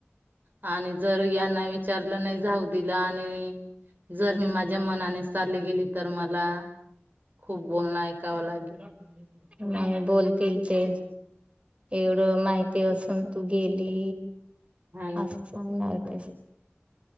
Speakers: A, on the right (about 45°); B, on the right (about 25°).
A: आणि जर यांना विचारलं नाही जाऊ दिलं आणि जर -- मी माझ्या मनाने चालली गेली तर मला खूप
B: <unintelligible>
A: बोलणं ऐकावं लागेल
B: बोलतील ते एवढं माहिती असून तू गेली.
A: हा ना
B: अस सांगणारखीच.